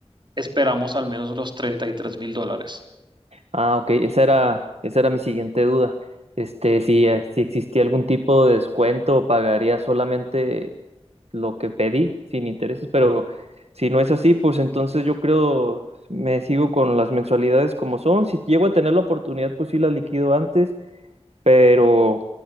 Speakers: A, on the right; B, on the right.
A: esperamos al menos los treinta y tres mil dólares.
B: Ah, ok. Esa era, esa era mi siguiente duda. Este, si, eh, si existía algún tipo de descuento o pagaría solamente lo que pedí sin intereses, pero si no es así, pues entonces yo creo me sigo con las mensualidades como son. Si llego a tener la oportunidad, pues sí la liquido antes, pero,